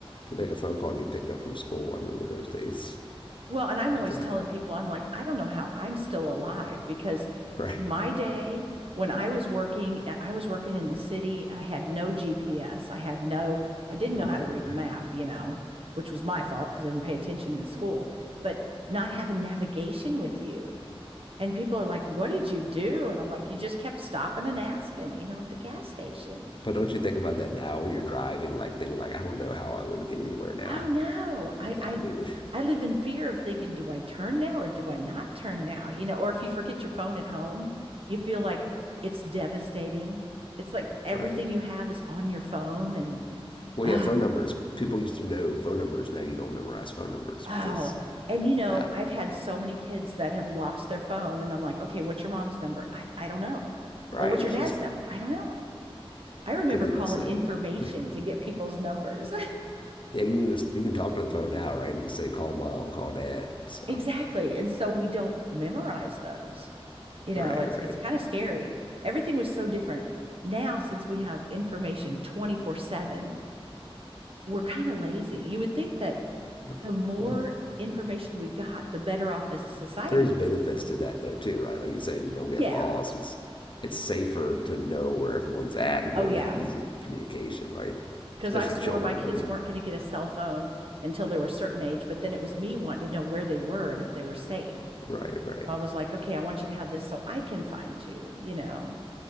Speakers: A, on the left (about 55°); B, on the right (about 65°).
A: to make a phone call to get picked up from school. I remember those days.
B: Well, and I'm
A: But
B: always
A: uh,
B: telling people, I'm like, I don't know how I'm still alive because
A: right,
B: in my day, when I was working, uh, I was working in the city and I had no GPS. I had no, I didn't
A: right,
B: know how to read a
A: right.
B: map, you know, which was my fault because I didn't pay attention in school, but not having navigation with you. And people are like, what did you do? And I'm like, you just kept stopping and asking, you know, at the gas station.
A: But don't you think about that now when you're driving? Like things like I don't know how I would get anywhere now.
B: Oh no, I,
A: Yeah,
B: I
A: I mean, would,
B: I live in fear of thinking, do I turn now or do I not turn now? You know, or if you forget your phone at home, you feel like it's devastating. It's like everything
A: right.
B: you have is on your phone and
A: Well,
B: oh,
A: yeah, phone numbers. People used to know phone numbers. Now you don't memorize phone numbers because
B: oh. And you know,
A: yeah,
B: I've had so many kids that have lost their phone and I'm like, okay, what's your mom's number? I, I don't know.
A: right.
B: Well, what's
A: It's
B: your dad's
A: just
B: number? I don't know. I remember
A: because they
B: calling
A: just say
B: information
A: <laughs>
B: to get people's numbers. <laughs>
A: yeah, you can just you can talk to the phone now, right? And just say call mom, call dad. So
B: Exactly. And so we don't memorize those. You know,
A: right,
B: it's
A: right,
B: it's kind of scary. Everything was so different. Now, since we have information 24/7, we're kind of lazy. You would think that
A: right.
B: the more
A: Well,
B: information we got, the better off as a society.
A: There's benefits to that though too, right? Like you say, you don't get
B: Yeah.
A: lost. It's it's safer to know where everyone's at and
B: Oh,
A: be able
B: yeah.
A: to have easy communication, right?
B: Because
A: Especially
B: I swore
A: children.
B: my kids
A: I mean,
B: weren't going to get a cell phone until they were a certain age, but then it was me wanting to know where they were and if they were safe.
A: right, right.
B: So I was like, okay, I want you to have this so I can find you, you know.